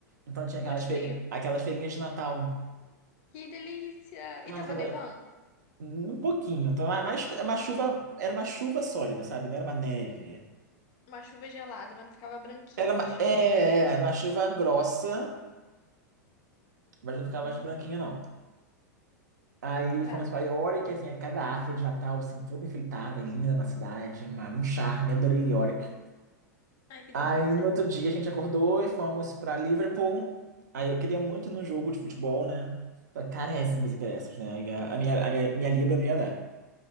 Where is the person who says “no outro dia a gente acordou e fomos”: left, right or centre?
Right